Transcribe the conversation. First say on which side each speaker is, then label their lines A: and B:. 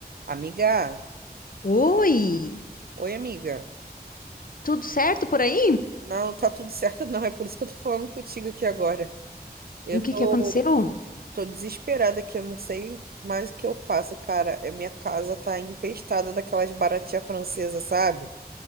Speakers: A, on the right; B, on the left.
A: Amiga,
B: Oi,
A: oi amiga.
B: tudo certo por aí?
A: Não, tá tudo certo não, é por isso que eu tô falando contigo aqui agora. Eu
B: O que
A: tô,
B: que aconteceu?
A: tô desesperada aqui, eu não sei mais o que eu faço, cara. É, Minha casa tá infestada daquelas baratinhas francesas, sabe?